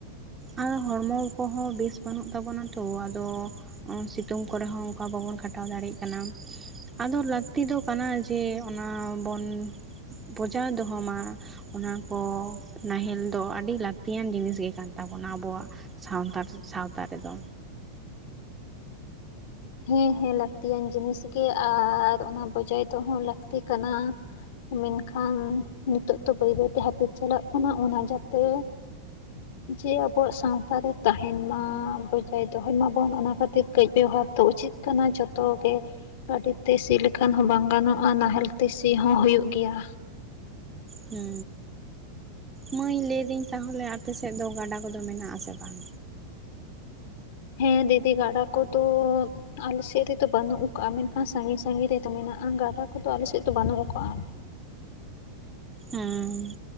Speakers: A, on the right; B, on the left.
A: ᱟᱨ ᱦᱚᱲᱢᱚ ᱠᱚᱦᱚᱸ ᱵᱮᱥ ᱵᱟᱹᱱᱩᱜ ᱛᱟᱵᱚᱱᱟ ᱛᱚ ᱟᱫᱚ ᱥᱤᱛᱩᱝ ᱠᱚᱨᱮᱦᱚᱸ ᱚᱱᱠᱟ ᱵᱟᱵᱚᱱ ᱠᱷᱟᱴᱟᱣ ᱫᱟᱲᱮᱭᱟᱜ ᱠᱟᱱᱟ ᱟᱫᱚ ᱞᱟᱹᱠᱛᱤ ᱫᱚ ᱠᱟᱱᱟ ᱡᱮ ᱚᱱᱟ ᱵᱚᱱ ᱵᱚᱡᱟᱣ ᱫᱚᱦᱚ ᱢᱟ ᱚᱱᱟ ᱠᱚ ᱱᱟᱦᱮᱞ ᱫᱚ ᱟᱹᱰᱤ ᱞᱟᱹᱠᱛᱤᱭᱟᱱ ᱡᱤᱱᱤᱥ ᱜᱮ ᱠᱟᱱ ᱛᱟᱵᱚᱱᱟ ᱟᱵᱚᱣᱟᱜ ᱥᱟᱣᱛᱟ ᱨᱮ ᱨᱮᱫᱚ
B: ᱦᱮᱸ ᱦᱮᱸ ᱞᱟᱹᱠᱛᱤᱭᱟᱱ ᱡᱤᱱᱤᱥ ᱜᱮ ᱟᱨ ᱚᱱᱟ ᱵᱚᱡᱟᱭ ᱛᱮᱦ ᱞᱟᱹᱠᱛᱤ ᱠᱟᱱᱟ ᱢᱮᱱᱠᱷᱟᱱ ᱱᱤᱛᱚᱜ ᱛᱚ ᱵᱟᱹᱭ ᱵᱟᱹᱭ ᱛᱮ ᱦᱟᱹᱯᱤᱫ ᱪᱟᱞᱟᱜ ᱠᱟᱱᱟ ᱚᱱᱟ ᱡᱟᱛᱮ ᱡᱮ ᱟᱵᱚᱣᱟᱜ ᱥᱟᱶᱛᱟ ᱨᱮ ᱛᱟᱦᱮᱱ ᱢᱟ ᱵᱚᱡᱟᱭ ᱫᱚᱦᱚᱭ ᱢᱟᱵᱚᱱ ᱚᱱᱟ ᱠᱷᱟᱹᱛᱤᱨ ᱠᱟᱹᱡ ᱵᱮᱣᱦᱟᱨ ᱫᱚ ᱩᱪᱤᱛ ᱠᱟᱱᱟ ᱡᱷᱚᱛᱚ ᱜᱮ ᱜᱟᱹᱰᱤ ᱛᱮ ᱥᱤ ᱞᱮᱠᱷᱟᱱ ᱦᱚᱸ ᱵᱟᱝ ᱜᱟᱱᱚᱜᱼᱟ ᱱᱟᱦᱮᱞ ᱛᱮ ᱥᱤ ᱦᱚᱸ ᱦᱳᱭᱳᱜ ᱜᱮᱭᱟ
A: ᱦᱩ ᱢᱟᱹᱭ ᱞᱟᱹᱭᱫᱟᱹᱧ ᱛᱟᱦᱚᱞᱮ ᱟᱯᱮᱥᱮᱫ ᱫᱚ ᱜᱟᱰᱟ ᱠᱚᱫᱚ ᱢᱮᱱᱟᱜ ᱟᱥᱮ ᱵᱟᱝ
B: ᱦᱮᱸ ᱫᱤᱫᱤ ᱜᱟᱰᱟ ᱠᱚᱫᱚ ᱻ ᱟᱞᱮ ᱥᱮᱫ ᱨᱮᱫᱚ ᱵᱟᱹᱱᱩᱜ ᱟᱠᱟᱼᱟ ᱢᱮᱱᱠᱷᱟᱱ ᱥᱟᱺᱜᱤᱧ ᱥᱟᱺᱜᱤᱧ ᱨᱮᱫᱚ ᱢᱮᱱᱟᱜᱼᱟ ᱜᱟᱰᱟ ᱠᱚᱫᱚ ᱟᱞᱮ ᱥᱮᱫ ᱫᱚ ᱵᱟᱹᱱᱩᱜ ᱟᱠᱟᱜᱼᱟ
A: ᱦᱩᱸ